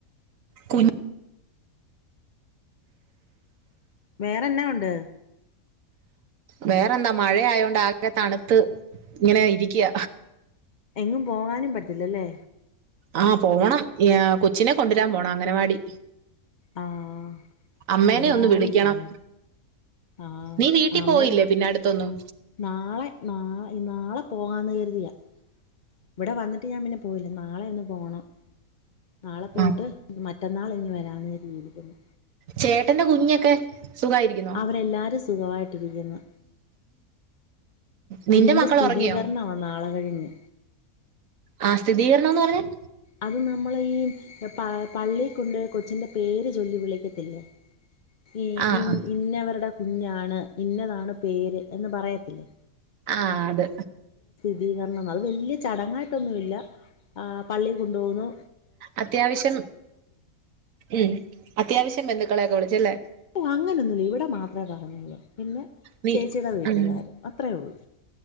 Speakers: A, on the right; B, on the left.
A: കുഞ്
B: വേറെന്നാ ഉണ്ട്
A: വേറെന്താ മഴയായോണ്ട് ആകെ തണുത്ത് ഇങ്ങനെ ഇരിക്കുക
B: എങ്ങും പോകാനും പറ്റില്ലല്ലേ
A: ആഹ് പോണം കൊച്ചിനെ കൊണ്ടുവരാൻ പോണം അംഗനവാടി
B: ആഹ്
A: അമ്മേനെ
B: അംഗനവാടി
A: ഒന്നു വിളിക്കണം
B: പോണേ ആഹ്
A: നീ വീട്ടിൽ
B: ആമ്മയ
A: പോയില്ലേ പിന്നെ അടുത്തൊന്നും
B: നാളെ നാളെ നാളെ പോകാന്ന് കരുതിയാ ഇവിടെ വന്നിട്ട് ഞാൻ പിന്നെ പോയില്ല നാളെയൊന്ന് പോണം നാളെ പോയിട്ട്
A: ആ
B: മ മാറ്റന്നാൾ ഇങ്ങ് വരാന്ന് കരിതിയിരിക്കുന്നു
A: ചേട്ടന്റെ കുഞ്ഞൊക്കെ സുഖായിരിക്കുന്നോ
B: അവരെല്ലാരും സുഖമായിട്ടിരിക്കുന്നു
A: നിന്റെ
B: കുഞ്ഞിന്റെ
A: മക്കൾ
B: സ്ഥിതീകരണമാണ്
A: ഉറങ്ങിയോ
B: നാളെ കഴിഞ്ഞ്
A: ആ സ്ഥിതീകരണംന്ന് പറഞ്ഞാൽ
B: അത് നമ്മള് ഈ പ പള്ളി കൊണ്ട് കൊച്ചിന്റെ പേര് ചൊല്ലി വിളിക്കത്തില്ലേ ഈ
A: ആ
B: ഇൻ
A: ആ
B: ഇന്നവരുടെ കുഞ്ഞാണ് ഇന്നതാണ് പേര് എന്ന് പറയത്തില്ലേ
A: ആ അത്
B: സ്തുതികരണം അത് വല്യയ ചടങ്ങായിട്ടൊന്നുല്ല ആ പള്ളി കൊണ്ടു പോകുന്നു
A: അത്യാവശ്യം ഉം അത്യാവശ്യം ബന്ധുക്കളെ ഒക്കെ വിളിച്ച് അല്ലേ
B: ഓ അങ്ങനെന്നുവില്ല ഇവിടെ മാത്രെ പറഞ്ഞള്ളൂ. പിന്നെ
A: നീ
B: ചേച്ചിയുടെ വീട്ടുകാര്
A: ഉം
B: അത്രേ ഉള്ളു